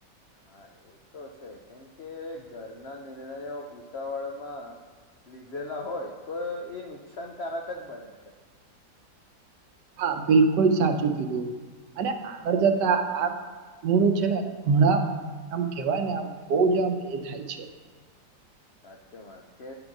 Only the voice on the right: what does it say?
હા બિલકુલ સાચું કીધું અને આગળ જતા આ ખુણ છે ને ઘણા આમ કેવાય ને આમ બહુ જ આમ એ થાય છે